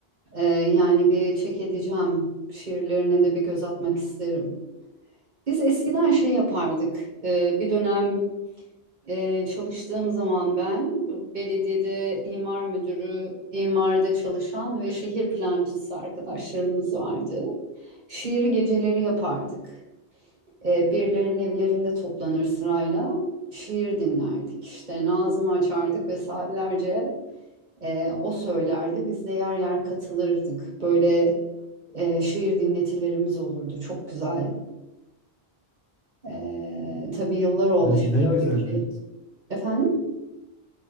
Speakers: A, on the right; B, on the left.
A: E, yani bir çek edeceğim. Şiirlerine de bir göz atmak isterim. Biz eskiden şey yapardık. Ee, bir dönem e, çalıştığım zaman ben belediyede imar müdürü, imarda çalışan ve şehir plancısı arkadaşlarımız vardı. Şiir geceleri yapardık. Ee, birilerinin evlerinde toplanır sırayla şiir dinlerdik. İşte Nazım'ı açardık ve saatlerce e, o söylerdi. Biz de yer yer katılırdık. Böyle e, şiir dinletilerimiz olurdu. Çok güzeldi. Ee, tabii yıllar oldu
B: Ee,
A: şimdi
B: ne güzel
A: öyle bir şey.
B: ne güzel.
A: Efendim?